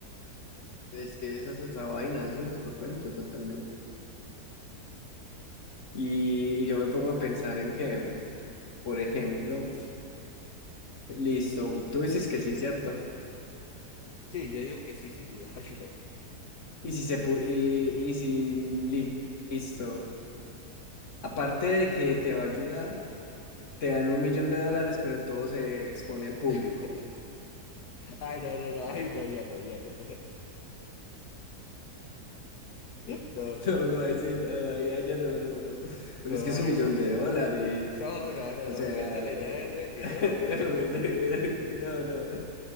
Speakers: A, on the left (about 45°); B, on the left (about 75°).
A: Es que esa es otra vaina, eso es otro cuento totalmente. Y, y yo me pongo a pensar en que, por ejemplo, listo, tú dices que sí, ¿cierto?
B: Sí, yo digo que sí, sin dudarlo.
A: Y si se pu- y, y si li- listo. Aparte de que te va a ayudar, te dan un millón de dólares, pero todo se expone al público.
B: <laughs> Ay, no, no, no, ay,
A: <laughs>
B: no, ya no, ya no. <laughs> No, no,
A: No,
B: no,
A: no, ahí sí, no, ahí ahí ya no, no, no.
B: no,
A: Pero es que
B: ay,
A: es un millón
B: sí.
A: de dólares.
B: No, no, no,
A: O
B: no
A: sea,
B: me meto en la idea de eso del dinero
A: <laughs>
B: porque no,
A: no, no.